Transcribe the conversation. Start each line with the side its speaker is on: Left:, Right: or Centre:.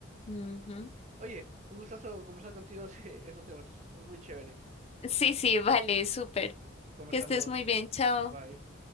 Left: Ujú.
Right: Oye, un gustazo conversar contigo <laughs> de esos temas. Estuvo muy chévere.
Left: Sí, sí, <laughs> vale, súper.
Right: Conversamos.
Left: Que estés muy bien, chao.
Right: Bye.